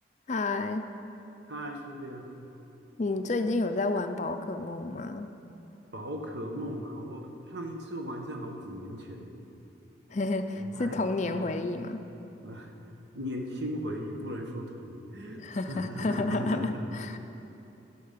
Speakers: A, on the left; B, on the right.
A: 嗨，
B: 嗨，苏菲这个
A: 你最近有在玩宝可梦吗？
B: 宝可梦啊，我上一次玩是好几年前呢，
A: <laughs> 嘿嘿，
B: 我还我
A: 是童年回忆吗？
B: 我 <laughs> 年轻回忆，不能说童年。<laughs>
A: <laughs>